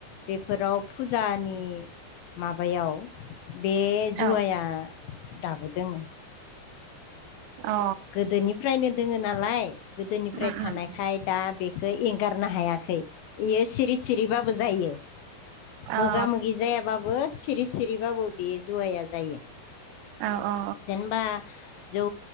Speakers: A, on the left; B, on the right.
A: बेफोराव फुजानि माबायाव बे जुवाया
B: औ
A: दाबो दोङो
B: अ
A: गोदोनिफ्रायनो दोङो नालाय गोदोनिफ्राय
B: उम
A: थानायखाय
B: उम
A: दा बेखौ एंगारनो हायाखै बेयो सिरि सिरिबाबो जायो मोगा
B: अ औ
A: मोगि जायाबाबो सिरि सिरिबाबो बे जुवया जायो
B: औ औ
A: जेनेबा जौ